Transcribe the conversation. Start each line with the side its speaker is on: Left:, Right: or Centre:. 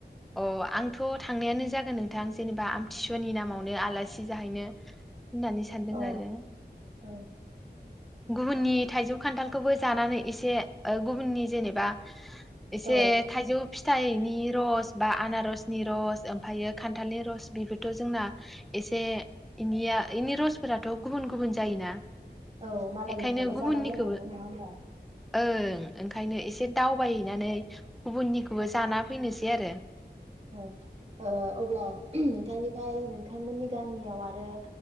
Centre: अ आंथ' थांनायानो जागोन नोंथां जेनेबा आमथिसुवानि नामावनो आलासि जाहैनो। होननानै सानदों
Right: अ
Centre: आरो।
Right: औ।
Centre: गुबुुननि थाइजौ खान्थाल खौ बो जानानै एसे उननि जेनेबा एसे
Right: औ
Centre: थाइजौ फिथाइनि नि रस बा अनारसनि लर ओमफायो खान्थाल नि रस बिबोथ' जोंना एसे इनिया इनि रसफोराथ' गुबुन गुबुन जायोना।
Right: औ मालायनिखौबो
Centre: बेखायनो गुबुननिखौबो
Right: जाना नायनांगौ नङा होमबा।
Centre: ओं ओंखायनो एसे दावबायहैनानै गुबुननिखौबो जाना फैनोसै आरो।
Right: औ अब्ला नोंथांनिफ्राय नोंथांमोननि गामियाव आरो